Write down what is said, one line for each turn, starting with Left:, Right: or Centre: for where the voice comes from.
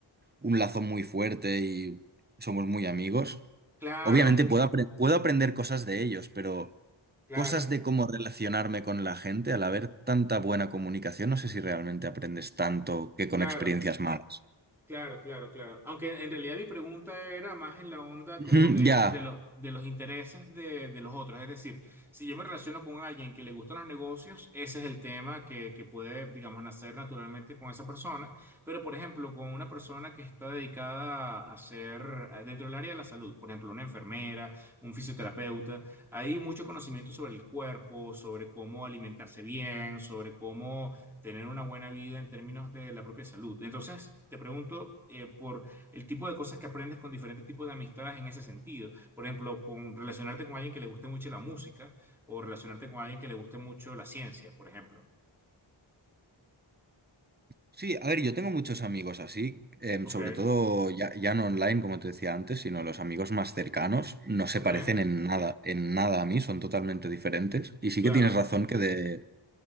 Right: un lazo muy fuerte y somos muy amigos,
Centre: Claro,
Right: Obviamente puedo, apre- puedo aprender cosas de ellos, pero
Centre: claro,
Right: cosas de cómo relacionarme con la gente, al haber tanta buena comunicación, no sé si realmente aprendes tanto que con
Centre: claro.
Right: experiencias malas.
Centre: Claro, claro, claro. Aunque en realidad mi pregunta era más en la onda
Right: Ujú,
Centre: como de,
Right: Ya.
Centre: de, los de los intereses de, de los otros. Es decir, si yo me relaciono con alguien que le gustan los negocios, ese es el tema que, que puede, digamos, nacer naturalmente con esa persona. Pero, por ejemplo, con una persona que está dedicada a hacer a- dentro del área de la salud, por ejemplo, una enfermera, un fisioterapeuta, hay mucho conocimiento sobre el cuerpo, sobre cómo alimentarse bien, sobre cómo tener una buena vida en términos de la propia salud. Entonces, te pregunto eh, por el tipo de cosas que aprendes con diferentes tipos de amistades en ese sentido. Por ejemplo, con relacionarte con alguien que le guste mucho la música o relacionarte con alguien que le guste mucho la ciencia, por ejemplo.
Right: Sí, a ver, yo tengo muchos amigos así, em,
Centre: Ok,
Right: sobre todo ya, ya no online, como te decía antes, sino los amigos más cercanos, no se
Centre: ok,
Right: parecen en nada, en nada a mí, son totalmente diferentes. Y sí
Centre: claro.
Right: que tienes razón que de,